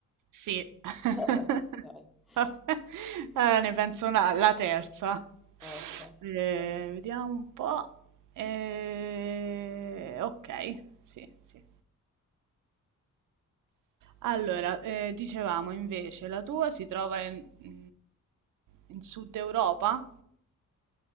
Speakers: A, on the right; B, in the centre.
A: sì. <laughs>
B: <laughs> Ok,
A: <laughs> Eh, ne penso una la terza.
B: ok.
A: Ehm, vediamo un po'. Ehm, ok, sì, sì. Allora, eh, dicevamo invece, la tua si trova in, mm, in Sud Europa?